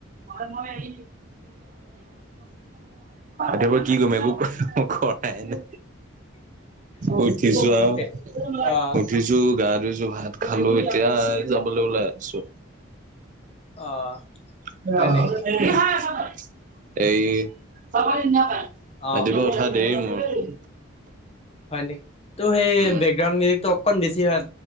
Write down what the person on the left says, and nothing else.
এ অ',
অ
হয় নি?
অ', হয় নেকি ত সেই
বেকগাউড মউজিকটো অকন বেছি হৈ